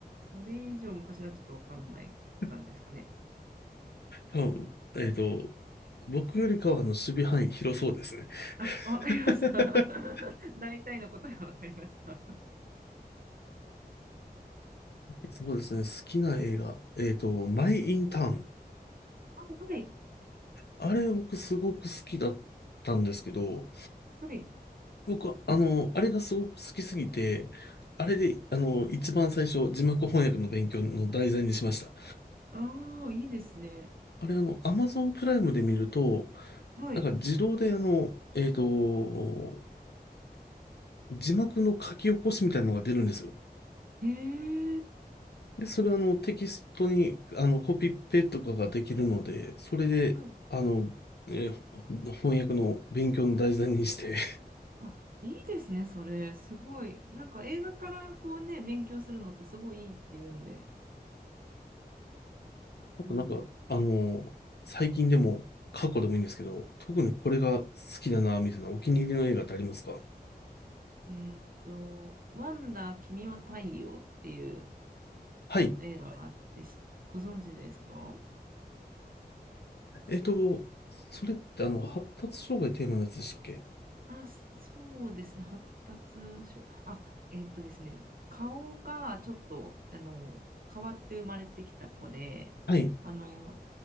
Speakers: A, on the right (about 60°); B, on the left (about 80°).
A: それ以上昔になっちゃうとわかんないって感じですかね。
B: <laughs> 多分、えっと、僕よりかはあの、守備範囲広そうですね。
A: あ、わかりました。
B: <laughs>
A: <laughs> 大体の答えはわかりました。あ、
B: そうですね。好きな映画。えっと、マイ・イン・ターン。
A: はい、
B: あれ僕すごく好きだったんですけど、
A: はい。
B: 僕は、あの、あれがすごく好きすぎて、あれで、あの、一番最初、字幕翻訳の勉強の題材にしました。
A: ああ、いいですね。
B: あれ、あの、アマゾンプライムで見ると、
A: はい。
B: なんか自動で、あの、えっと、字幕の書き起こしみたいなのが出るんですよ。
A: ええ
B: で、それはあのテキストにあのコピペとかができるので、それで、
A: はい。
B: あの、えーほ翻訳の勉強の題材にして、
A: あ、いいですね、それ。すごい。なんか映画からこうね、勉強するのってすごいいいって言うんで。
B: <laughs> あとなんか、
A: うん
B: あの、最近でも過去でもいいんですけど、特にこれが好きだな、みたいなお気に入りの映画ってありますか
A: えーっと、ワンダー君は太陽っていう
B: はい。
A: あの映画はいがあって、しご存知ですか
B: えっと、それってあの、発達障害テーマのやつでしたっけ
A: あ、そうですね。発達症。あ、えーっとですね。顔がちょっと、あの、変わって生まれてきた子で、
B: はい。
A: あはい。の、